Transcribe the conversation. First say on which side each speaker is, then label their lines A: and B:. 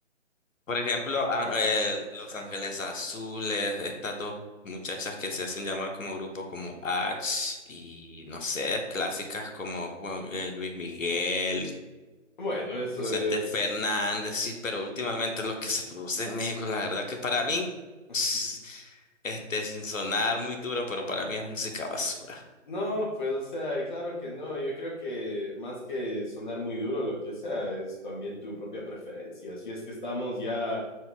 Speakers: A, on the left (about 80°); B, on the left (about 40°).
A: Por ejemplo, a- eh, Los Ángeles Azules, estas dos muchachas que se hacen llamar como grupo como H y no sé, clásicas como Juan- eh, Luis Miguel,
B: Bueno, eso
A: Vicente
B: es...
A: Fernández, sí, pero últimamente lo que se produce en México, la verdad que para mí,
B: <laughs>
A: <tsk> este, sin sonar muy duro, pero para mí es música basura.
B: No, pues, o sea, claro que no. Yo creo que más que sonar muy duro, lo que sea, es también tu propia preferencia. Si es que estamos ya